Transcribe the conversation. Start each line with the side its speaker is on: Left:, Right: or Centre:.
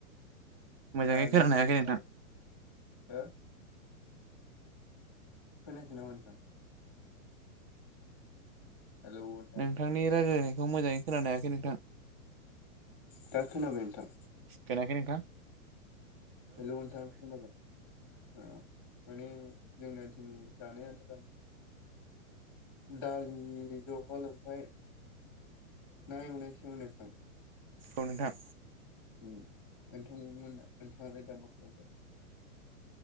Right: मोजाङै
Centre: दालि
Right: खोनानो हायाखै
Centre: ओमफाय
Right: नोंथां
Centre: हो खोनायाखै नामा नोंथां? हेलौ नोंथां
Right: नोंथांनि रायज्लायनायखौ मोजाङै खोनानो हायाखै नोंथां?
Centre: दा खोनाबाय नोंथां
Right: खोनाखै नोंथां
Centre: हेलौ! नोंथां खोनाबाय अ माने जोंना दिनि जानाय आदारानो दालि जह ओमफ्राय ना एवनाय सोमोन नोंथां
Right: औ नोंथां
Centre: उम नोंथांमोना नोंथाङालाय दा मा खालामगासिनो?